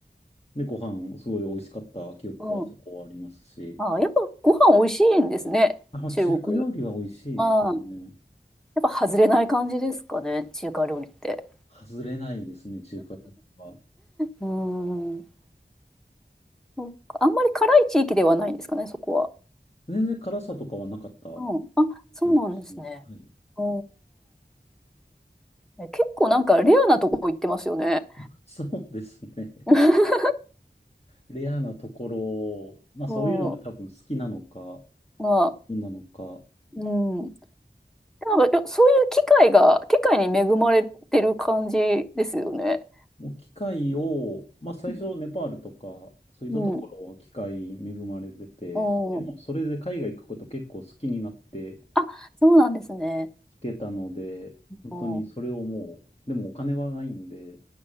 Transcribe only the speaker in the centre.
うん。ああ、やっぱご飯美味しいんですね。
中国。
ああ、やっぱ外れない感じですかね。中華料理って。
うーん。そうかあんまり辛い地域ではないんですかね、そこは。
うん。あ、そうなんですね。
うん。え結構なんかレアなとこ行ってますよね。
<laughs>
うん。まあ、
うん。なんか、いやそういう機会が、機会に恵まれてる感じですよね。
う
ん。うん。
あ、そうなんですね。
うん。